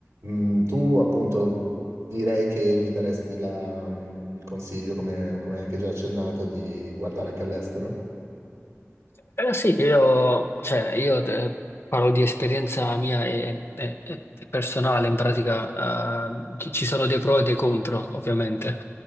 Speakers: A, on the right; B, on the left.
A: Mm, tu, appunto, direi che mi daresti la- mm, il consiglio, come, come anche già accennato, di guardare anche all'estero.
B: Eh, sì, io, cioè, io eh, parlo di esperienza mia e, e- e personale, in pratica eh, ci ci sono dei pro e dei contro, ovviamente.